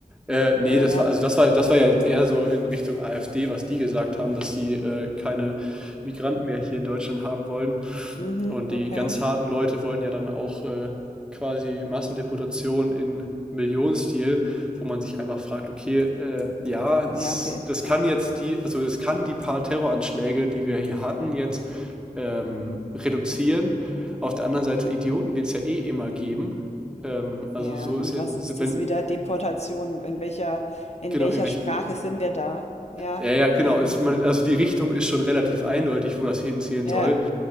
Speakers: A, in the centre; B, on the left (about 45°).
A: äh, nee,
B: Oder
A: das
B: wer hat?
A: war, also das war, das war ja jetzt eher so in Richtung AfD, was die gesagt haben, dass sie äh, keine Migranten mehr hier in Deutschland haben wollen.
B: Mhm,
A: Und
B: okay.
A: die ganz harten Leute wollten ja dann auch äh, quasi Massendeportation in Millionenstil, wo man sich einfach fragt, okay, äh, ja, das,
B: Ja, okay,
A: das kann
B: ja.
A: jetzt die, also das kann die paar Terroranschläge, die wir hier hatten, jetzt ähm, reduzieren. Auf der anderen Seite, Idioten wird es ja eh immer geben. Ähm, also
B: Ja,
A: so
B: und
A: ist ja,
B: was
A: wenn,
B: ist das wieder? Deportation? In welcher, in
A: genau,
B: welcher
A: in welch,
B: Sprache sind wir da? Ja,
A: Ja, ja, genau.
B: ähm,
A: Es, man, also die Richtung ist schon relativ eindeutig, wo das hinziehen
B: ja,
A: soll.